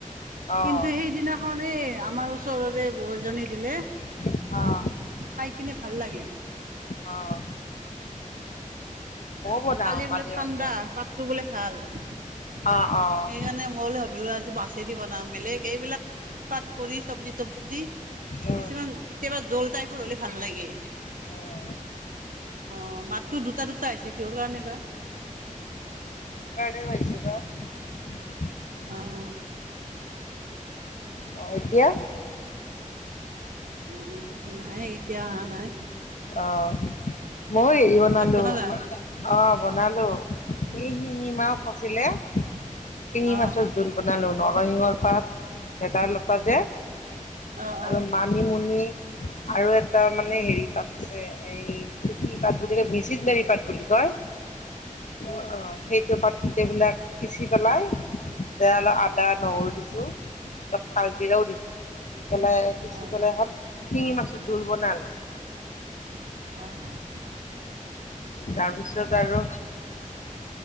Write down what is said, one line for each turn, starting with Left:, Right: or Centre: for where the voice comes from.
Left: অ',
Right: কিন্তু
Left: অ',
Right: সেইদিনাখননে আমাৰ ওচৰৰে বৌ এজনী দিলে
Left: অ
Right: খাই কিনে ভাল লাগিল।
Left: অ <inaudible>
Right: তাৰ
Left: বনাও
Right: কালি বোলে
Left: মাজে
Right: ঠাণ্ডা
Left: মাজে।
Right: পাতটো বোলে ভাল <inaudible> সেইকাৰণে
Left: অ', অ',
Right: মই ভাবিলো আজি মাছেদি বনাম বেলেগ এইবিলাক পাতকৰি চব্জি তোবজি দি
Left: উম,
Right: কিছুমান কেতিয়াবা জোল টাইপৰ হ'লে ভাল লাগে <inaudible>
Left: উম।
Right: অ মাতটো দুটা দুটা আহিছে কিহৰ কাৰণে বা <inaudible>
Left: কি আহিছে বা <inaudible>
Right: অ <inaudible>
Left: অ এতিয়া <inaudible>
Right: উ নাই এতিয়া অহা নাই
Left: অ মই ইৱনালৈ
Right: ভাত বনালা
Left: অ বনালো শিঙি মাছ আছিলে শিঙি
Right: অ
Left: মাছৰ জোল বনালো নৰিংহৰ পাত ভেদালতা
Right: অ
Left: আৰু
Right: অ
Left: মানিমুনি আৰু এটা মানে হেৰি পাত- ছে এই চুতি পাত বুলি কয় <unintelligible> পাট বুলি কয় অ অ সেইটো পাতবিলাক পিচি পেলাই তাতে অলপ আদা নহৰু দিছো অলপ কালজিৰাও দিছো দি পেলাই পিচি
Right: অ অ
Left: পেলাই সত শিঙি মাছৰ জোল বনালো <inaudible>
Right: অহ <inaudible>
Left: তাৰপিছত আৰু
Right: অ